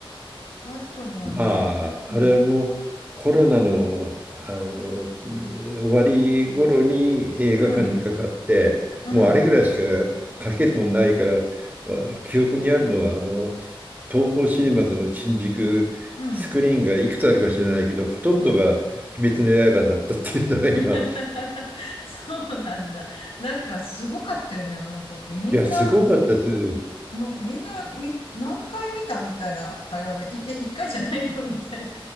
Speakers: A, on the left; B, on the right.
A: あとはね、
B: まあ、
A: うん、
B: あれもコロナの、あの終わり頃に映画館にかかって、
A: うん、うん、
B: もうあれぐらいしか書けるもんないから、記憶にあるのはあの東宝シネマズの新宿スクリーンがいくつあるか知らないけど、
A: うん、
B: ほとんどが「鬼滅の刃」だったっていうのが今、
A: うん。<laughs> そうなんだ。なんかすごかったよね、あの時。みんな、
B: いや、すごかったですよ。
A: なんかみんな、み、何回見たみたいな会話で、い、え、一回じゃないのみたい